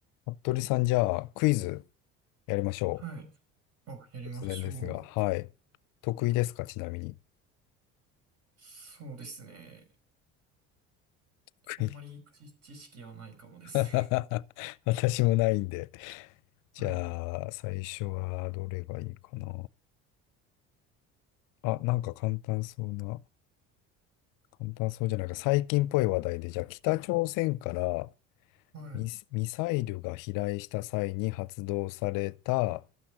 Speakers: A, on the left; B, on the right.
A: 服部さん、じゃあ、クイズやりましょ
B: はい。あ、やりましょう。
A: う。突然ですが、はい。得意ですか、ちなみに。
B: そうですね。
A: 得意
B: あんまり知、知識はないかもです
A: <laughs> 私もないんで。じゃあ、
B: ね。<laughs> はい。
A: 最初はどれがいいかな。あ、なんか簡単そうな、簡単そうじゃないか。最近っぽい話題で、じゃあ、北朝鮮から
B: はい。
A: ミス、ミサイルが飛来した際に発動された